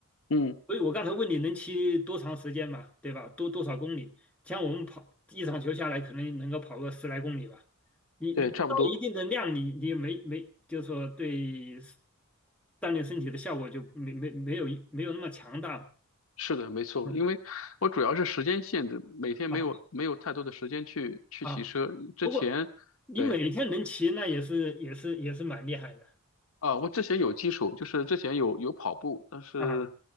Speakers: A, on the left (about 65°); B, in the centre.
A: 嗯
B: 所以我刚才问你能骑多长时间嘛，对吧？多多少公里？像我们跑一场球下来，可能能够跑个十来公里吧。你你不到一定的量，
A: 对，差不多。
B: 你你也没没就是说对锻炼身体的效果就没没没有没有那么强大嘛。
A: 是的，没错，
B: 嗯，
A: 因为我主要是时间限制，每天没有没有太多的时间去去骑车。
B: 好。啊，
A: 之前，
B: 不过你每天能骑，
A: 对。
B: 那也是也是也是蛮厉害的
A: 啊，我之前有基础，就是之前有有跑步，但是
B: 啊。